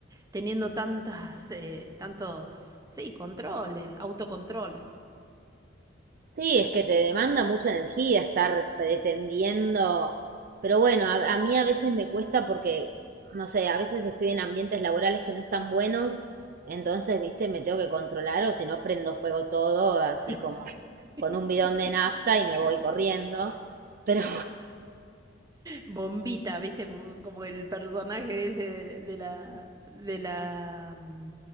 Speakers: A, on the right (about 20°); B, on the right (about 50°).
A: teniendo tantas, eh, tantos, sí, controles, autocontrol.
B: Sí, es que te demanda mucha energía estar pretendiendo, pero bueno, a, a mí a veces me cuesta porque, no sé, a veces estoy en ambientes laborales que no están buenos, entonces, viste, me tengo que controlar o si no prendo fuego todo, así
A: <laughs>
B: como con un bidón de
A: Sí.
B: nafta
A: <laughs>
B: y me voy corriendo. Pero
A: Bombita, ¿viste? Como, como el personaje ese de, de la, de la, mm,